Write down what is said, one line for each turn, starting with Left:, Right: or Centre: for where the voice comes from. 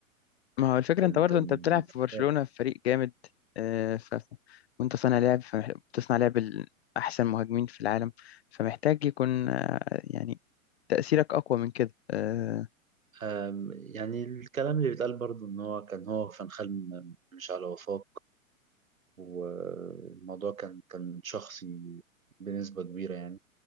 Left: ما هو الفكرة
Right: كان
Left: انت برضه
Right: كان
Left: انت بتلعب في
Right: فتاك.
Left: برشلونة في فريق جامد آه، ف... ف- وانت صانع لعب فبتصنع لعب ال- احسن مهاجمين في العالم فمحتاج يكون آه، يعني تأثيرك اقوى من كده اه
Right: آم، يعني الكلام اللي بيتقال برضه ان هو كان هو فان خال مش على وفاق والموضوع كان كان شخصي بنسبة كبيرة يعني